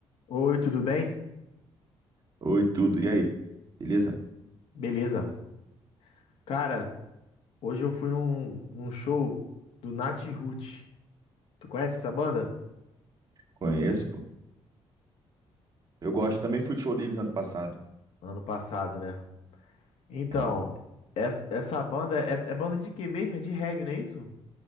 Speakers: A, on the left (about 75°); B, on the right (about 40°).
A: Oi, tudo bem?
B: Oi, tudo. E aí? Beleza?
A: Beleza. Cara, hoje eu fui num, num show do Nat Roots. Tu conhece essa banda?
B: Conheço, pô. Eu gosto, também fui no show deles ano passado.
A: Ano passado, né? Então,
B: É,
A: essa, essa banda é, é banda de quê mesmo? É de reggae, não é isso?